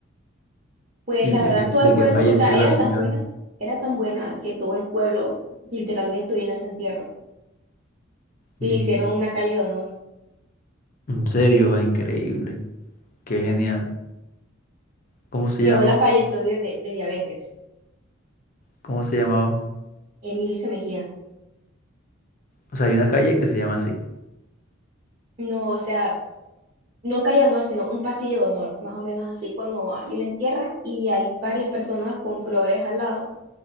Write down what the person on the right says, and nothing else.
Pues
la
verdad,
todo
el pueblo,
o sea, era
tan buena, era tan buena que todo el pueblo literalmente vino a su entierro y
le hicieron una calle de honor.
Mi
abuela falleció de, de, de diabetes,
Emilce Mejía.
No, o sea, no calle de honor, sino un pasillo de honor, más o menos así cuando alguien la entierra y hay varias personas con flores al lado